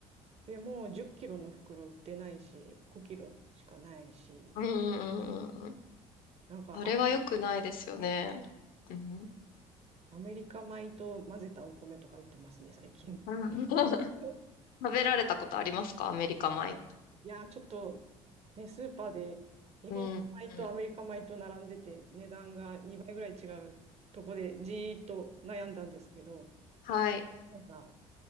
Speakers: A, on the right (about 40°); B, on the left (about 60°).
A: でもう10キロの袋売ってないし、5キロしかないし、
B: うんうんうんうん。
A: なんかあ
B: あれは良くないですよね。うん。うん
A: アメリカ米と混ぜたお米とか売ってますね、最近。
B: <laughs>
A: <laughs>
B: 食べられたことありますかアメリカ米。
A: いやー、ちょっとね、スーパーで日本米とアメリカ米と並んでて、
B: うん。うん
A: 値段が2倍ぐらい違うとこでじーっと悩んだんですけど、
B: はい。
A: なんか